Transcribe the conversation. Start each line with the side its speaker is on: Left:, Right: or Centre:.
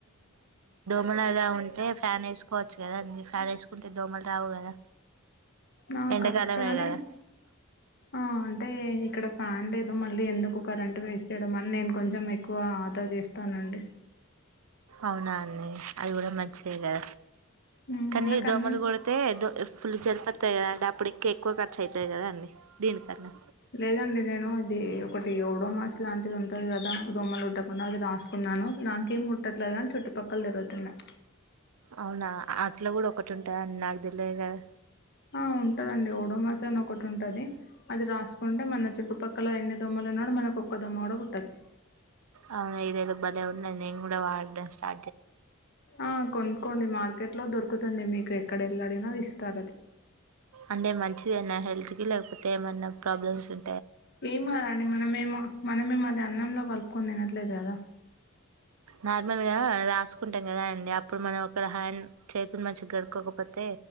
Right: మరి అలా ఉంటే ఫ్యాన్ వేసుకోవచ్చు కదా అండి ఫ్యాన్ వేసుకుంటే దోమలు రావు కదా
Left: నా
Right: ఎండాకాలమే
Left: కరెక్ట్గా కానీ
Right: కదా
Left: ఆ అంటే ఇక్కడ ఫ్యాన్ లేదు మళ్ళీ ఎందుకు కరెంట్ వేస్ట్ చేయడం అని నేను కొంచెం ఎక్కువ ఆదా చేస్తానండి.
Right: అవునా అండి అది కూడా మం దే కదా
Left: ఉమ్,
Right: కానీ
Left: నాకు
Right: దోమలు
Left: అన్నీ
Right: కొడితే దో ఫుల్ జలిపతది కదా అండి అప్పుటి కే ఎక్కువ ఖర్చతది కద అండి దీనికన్నా
Left: లేదండి నేను ఇది ఒకటి ఏడో మాస్ లాంటిది ఉంటది కదా దోమ్మలు కుట్టకుండా అది రాసుకున్నాను నాకేం కుట్టట్లేదు కని చుట్టుపక్కల తిరుగుతున్నాయి.
Right: అవునా అట్లా కూడా ఒకటి ఉంటాదని నాకు తెలువదు కదా
Left: ఆ ఉంటదండి ఓడోమాస్ అని ఒకటి ఉంటది అది రాసుకుంటే మన చుట్టుపక్ క్కల ఎన్ని దొమ్మలు ఉన్నా మనకు ఒక్క దొమ్మ కూడా కుట్టది
Right: అవున ఇదైదో బలే ఉన్నాది కూడా వాడడం స్టా
Left: ఆ కొనుకొండి మార్కెట్ లో దొరుకుతుంది మీకు ఎక్కడ వెళ్ళ అడిగినా అది ఇస్తారది
Right: అంటే మంచిదేనా హెల్త్ కి లేకపోతే ఏమన్నా ప్రాబ్లమ్స్ ఉ
Left: ఏం కదండి మనమేమో మనమే అది అన్నంలో కలుపుకొని తినట్లేదు కదా.
Right: నార్మల్ గా రాస్ చూసుకుంటాం కదా అండి అప్పుడు మనం ఒక హ్యాండ్ చేతుని మంచిగా కడుక్కోకపోతే